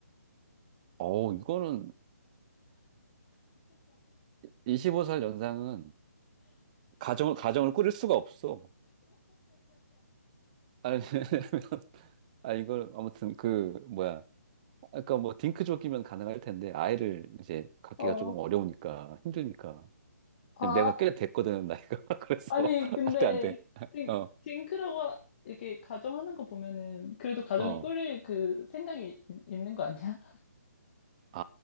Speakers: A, on the right; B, on the left.
A: 어, 이거는 25살 연상은 가정을, 가정을 꾸릴 수가 없어. 아니, <laughs> 왜냐면 아, 이걸, 아무튼, 그, 뭐야. 아까 뭐, 딩크족이면 가능할 텐데, 아이를 이제 갖기가
B: 어.
A: 조금 어려우니까, 힘드니까.
B: 아,
A: 내가 꽤 됐거든, 나이가. <laughs> 그래서,
B: 아니
A: <laughs>
B: 근데
A: 안 돼, 안 돼. <laughs>
B: 딩,
A: 어,
B: 딩크라고 하- 이렇게 가정하는 거 보면은 그래도 가정을
A: 어.
B: 꾸릴 그 생각이 있- 있는 거 아니야?
A: 아,